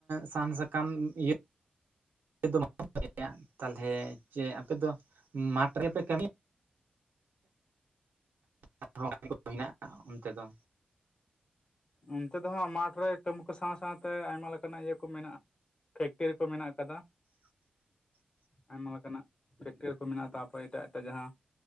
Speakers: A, on the right; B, on the left.
A: ᱥᱟᱱ ᱥᱟᱠᱟᱢ ᱤᱭᱟᱹ ᱟᱯᱮ ᱫᱚ <inaudible> <unintelligible> ᱛᱟᱞᱦᱮ ᱪᱮ ᱟᱯᱮ ᱫᱚ ᱢᱟᱴᱷ ᱨᱮᱯᱮ ᱠᱟᱹᱢᱤᱭᱟ <unintelligible> ᱦᱮᱱᱟᱜᱼᱟ ᱚᱱᱛᱮ ᱫᱚ
B: ᱚᱱᱛᱮ ᱫᱚ ᱦᱟᱸᱜ ᱢᱟᱴᱷ ᱨᱮ ᱠᱟᱹᱢᱤ ᱠᱚ ᱥᱟᱸᱶ ᱥᱟᱸᱶᱛᱮ ᱟᱭᱢᱟ ᱞᱮᱠ ᱤᱭᱟᱹ ᱠᱚ ᱢᱮᱱᱟᱜᱼᱟ ᱯᱷᱮᱠᱴᱨᱤ ᱠᱚ ᱢᱮᱱᱟᱜ ᱟᱠᱟᱫᱟ
A: <inaudible>
B: ᱟᱭᱢᱟ ᱞᱮᱠᱟᱱᱟᱜ ᱯᱷᱮᱠᱴᱨᱤ ᱠᱚ ᱢᱮᱱᱟᱜᱼᱟ ᱛᱟᱯᱚᱨᱮ ᱮᱴᱟᱜ ᱮᱴᱟᱜ ᱡᱟᱦᱟᱸ